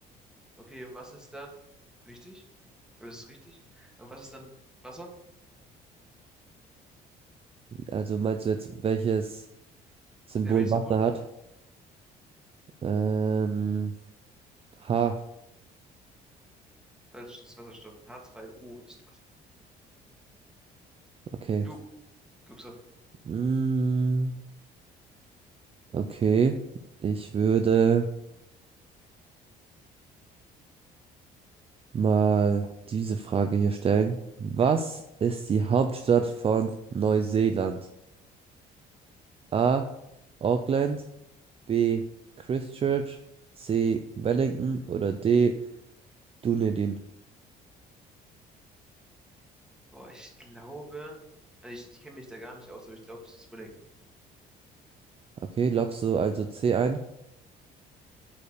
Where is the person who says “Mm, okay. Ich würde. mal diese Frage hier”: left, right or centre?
Right